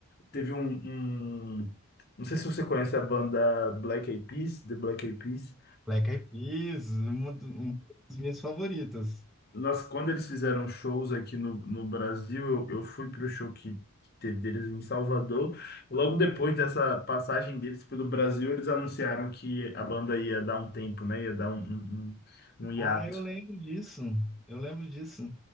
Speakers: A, on the left; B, in the centre.
A: Teve um, um- não sei se você conhece a banda Black Eyed Peas, The Black Eyed Peas.
B: Black Eyed Peas, uma do- uma das minhas favoritas.
A: Nossa, quando eles fizeram shows aqui no, no Brasil, eu, eu fui pro show que teve deles em Salvador. Logo depois dessa passagem deles pelo Brasil, eles anunciaram que a banda ia dar um tempo, né, ia dar um, um, um um hiato.
B: Ah, eu lembro disso. Eu lembro disso.